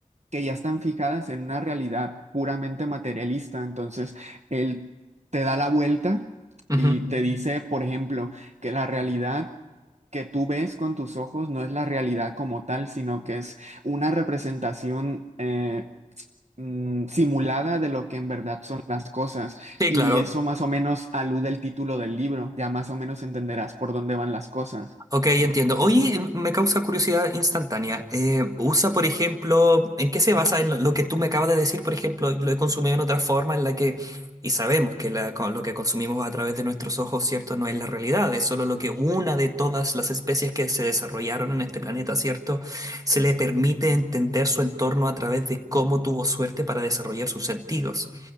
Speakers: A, on the right; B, on the right.
A: que ya están fijadas en una realidad puramente materialista. Entonces, él te da la vuelta
B: ujú.
A: y te dice, por ejemplo, que la realidad que tú ves con tus ojos no es la realidad como tal, sino que es una representación eh, mm, simulada de lo que en verdad son las cosas.
B: Sí,
A: Y
B: claro,
A: eso más o menos alude el título del libro, ya más o menos entenderás por dónde van las cosas.
B: Ok, entiendo. Oye, me causa curiosidad instantánea. Eh, usa, por ejemplo, ¿en qué se basa en lo, lo que tú me acabas de decir? Por ejemplo, lo he consumido en otra forma en la que, y sabemos que la- con lo que consumimos a través de nuestros ojos, ¿cierto? No es la realidad, es solo lo que una de todas las especies que se desarrollaron en este planeta, ¿cierto? Se le permite entender su entorno a través de cómo tuvo suerte para desarrollar sus sentidos.